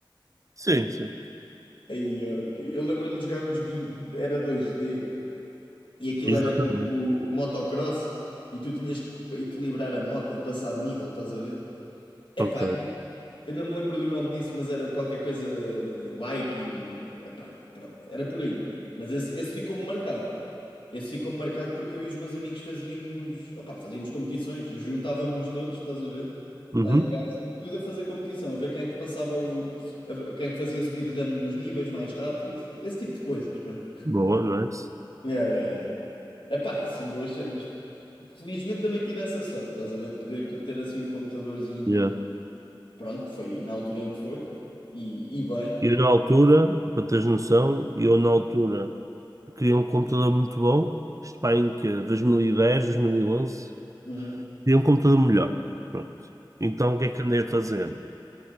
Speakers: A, on the right; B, on the left.
A: Sim, sim.
B: Aí, ok. Eu lembro-me de jogar um joguinho, de- era dois d e aquilo
A: Exatamente.
B: era tipo motocross, e tu tinhas que equilibrar a moto e passar de nível, estás a ver? Epá,
A: Ok.
B: eu não eu não me lembro do nome disso, mas era qualquer coisa Viking, epá, pronto, era por aí. Mas esse, esse ficou-me marcado. Esse ficou marcado porque eu e os meus amigos fazíamos, opá, fazíamos competições, juntávamos-nos todos, estás a ver?
A: Uhum.
B: Lá em casa, tudo a fazer competição, a ver quem é que passava o, a- ver quem é que fazia speedrun dos níveis mais rápidos, esse tipo de coisas, pronto.
A: Boa, nice.
B: Yeah, yeah, yeah. Epá, isso são boas cenas. Felizmente também tive essa sorte, estás a ver, de poder de ter assim um computadorzinho.
A: Yeah.
B: Pronto, foi na altura em que foi, e, e bem.
A: E eu, na altura, para teres noção, eu na altura queria um computador muito bom, isto pá, em que 2010, 2011
B: Uhum,
A: queria um computador melhor. Pronto. Então o que é que andei a fazer?